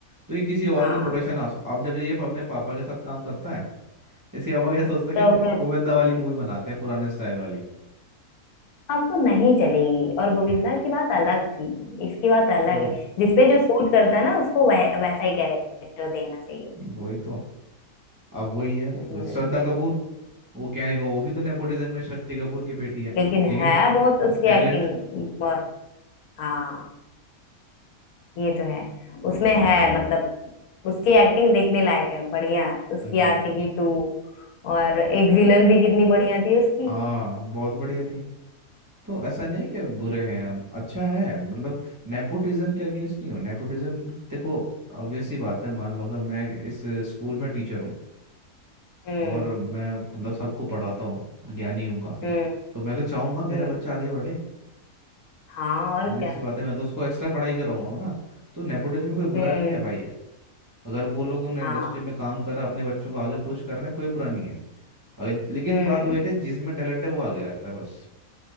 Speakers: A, on the right; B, on the left.
A: तो ये किसी और
B: हाँ
A: के प्रोडक्शन हाउस अब जब ये अपने पापा के साथ काम करता है इसके पापा क्या सोचता है
B: तो
A: कि
B: फिर
A: गोविंदा वाली मूवी बनाते हैं पुराने स्टाइल वाली
B: अब वो नहीं चलेगी और गोविंदा की बात अलग थी इसकी बात अलग
A: वही
B: है जिसपे जो सूट करता है ना उसको वै, वैसा ही कैरेक्टर देना चाहिए
A: वही तो अब वही है
B: हम्म
A: श्रद्धा कपूर वो कहने को वो भी तो नेपोटिज्म में शक्ति कपूर की बेटी है
B: लेकिन
A: लेकिन
B: है बहुत उसकी
A: टैलेंट
B: एक्टिंग बहुत हाँ ये तो है उसमें है मतलब उसकी एक्टिंग देखने लायक है बढ़िया है। उसकी
A: एग्जैक्टली
B: आशिकी टू और एक विलन भी कितनी बढ़िया थी उसकी
A: हाँ बहुत बढ़िया थी तो ऐसा नहीं है कि आप बुरे हैं आप अच्छा है मतलब नेपोटिज्म के अगेंस्ट नहीं हो नेपोटिज्म देखो ऑब्वियस सी बात है मान लो अगर मैं इस स्कूल में टीचर हूँ
B: हम्म
A: और मैं मतलब सबको पढ़ाता हूँ ज्ञानी हूँ काफ़ी
B: हम्म
A: तो मैं तो चाहूँगा मेरा
B: हम्म
A: बच्चा आगे बढ़े
B: हाँ और
A: ऑब्वियस
B: क्या
A: सी बात है मैं तो उसको एक्स्ट्रा पढ़ाई कराऊंगा ना तो नेपोटिज्म में कोई बुरा
B: हम्म
A: नहीं है भाई अगर वो लोग उन्होंने
B: हाँ
A: इंडस्ट्री में काम करा अपने बच्चों को आगे पुश कर रहे हैं कोई बुरा नहीं है अगर लेकिन
B: हम्म
A: बात वही है कि जिसमें टैलेंट है वो आगे रहता है बस